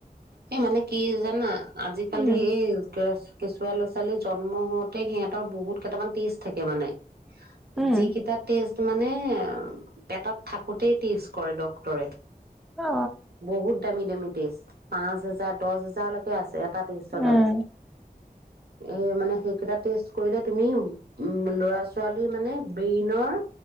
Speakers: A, on the right; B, in the centre.
A: এ মানে কি জানা আজিকালি
B: উম
A: এই কেছ কেঁচুৱা ল'ৰা ছোৱালী জন্ম হওঁতে সিহঁতৰ বহুত কেইটামান টেষ্ট থাকে মানে
B: উম
A: যি কেইটা টেষ্ট মানে পেটত থাকোতেই টেষ্ট কৰে ডক্টৰে
B: অ
A: বহুত দামী দামী টেষ্ট পাঁচ হাজাৰ দশ হাজাৰ লৈকে আছে এটা টেষ্টৰ
B: উম
A: দাম এ মানে সেইকেইটা টেষ্ট কৰিলে তুমি উম লৰা ছোৱালীৰ মানে ব্ৰেইনৰ